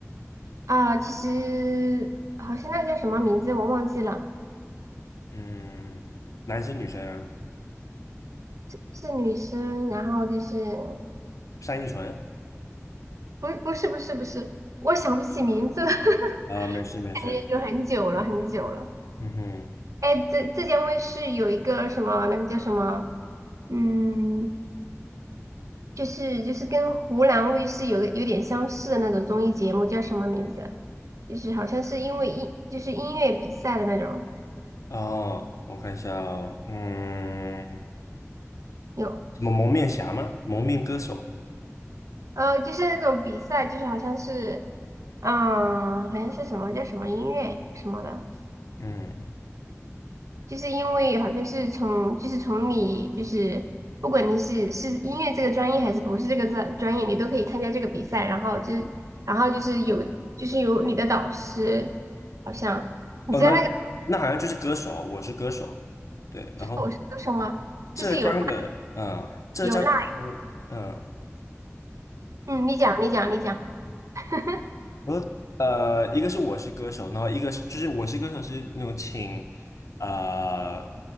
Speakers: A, on the right; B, on the left.
A: 啊，其实好像那叫什么名字我忘记了，
B: 嗯，男生女生啊，
A: 是女生，然后就是
B: 单依纯
A: 不不是不是不是，我想不起名字了，<laughs>
B: 啊，没事没事，
A: 感觉有很久了很久了。
B: 嗯哼，
A: 哎，浙浙江卫视有一个什么，那个叫什么？嗯，就是就是跟湖南卫视有个有点相似的那种综艺节目，叫什么名字？就是好像是因为音就是音乐比赛的那种，
B: 哦，我看一下哦嗯。
A: 有
B: 什么蒙面侠吗？蒙面歌手，
A: 呃就是那种比赛，就是好像是嗯好像是什么叫什么音乐什么的，
B: 嗯，
A: 就是因为好像是从就是从你就是不管你是是音乐这个专业还是不是这个专专业，你都可以参加这个比赛，然后就是然后就是有就是有你的导师好像。你知道那
B: 哦，那那好像就是歌手，我是歌手，对。然后
A: 其实我是歌手吗？
B: 浙江的，
A: 就是有辣
B: 嗯、浙江的，
A: 有辣，
B: 嗯、
A: 嗯，你讲你讲你讲，<laughs>
B: 我说呃，一个是我是歌手，然后一个是就是我是歌手是那种请呃